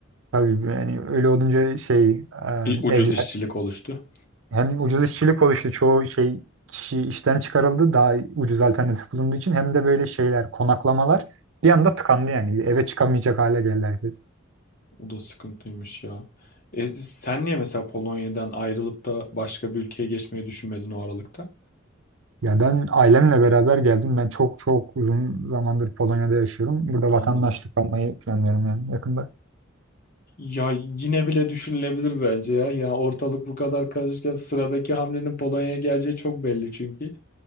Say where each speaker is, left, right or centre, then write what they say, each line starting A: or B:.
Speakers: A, on the right (about 70°); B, on the left (about 45°).
A: Tabii yani öyle olunca şey e,
B: Bir ucuz
A: evler
B: işçilik oluştu.
A: Hem ucuz işçilik oluştu. Çoğu şey kişi işten çıkarıldı. Daha ucuz alternatif bulunduğu için. Hem de böyle şeyler, konaklamalar bir anda tıkandı yani. Eve çıkamayacak hale geldi herkes.
B: O da sıkıntıymış ya. E, sen niye mesela Polonya'dan ayrılıp da başka bir ülkeye geçmeyi düşünmedin o aralıkta?
A: Ya ben ailemle beraber geldim. Ben çok çok uzun zamandır Polonya'da yaşıyorum. Burada
B: Anladım.
A: vatandaşlık almayı planlıyorum yani yakında.
B: Ya yine bile düşünülebilir bence ya. Ya ortalık bu kadar karışırken sıradaki hamlenin Polonya'ya geleceği çok belli çünkü.